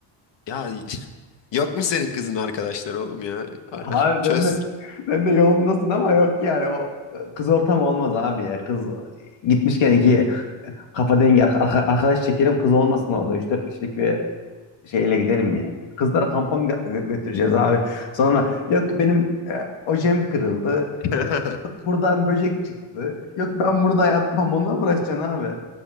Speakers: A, on the left (about 70°); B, on the left (about 80°).
A: Ya Yok mu senin kızın arkadaşları oğlum ya?
B: Abi
A: <laughs> Çöz.
B: sen de, sen de yolundasın ama yok yani o e, kız ortamı olmaz abi ya. Kız gitmişken iki kafa dengi arka- arkadaş çekelim kız olmasın orada. üç dört kişilik bir şeyle gidelim ya. kızlara kampa mı gö- götüreceğiz abi? Sonra yok benim e, ojem kırıldı.
A: <laughs>
B: Yok buradan böcek çıktı. Yok ben burada yatmam onunla mı uğraşacaksın abi?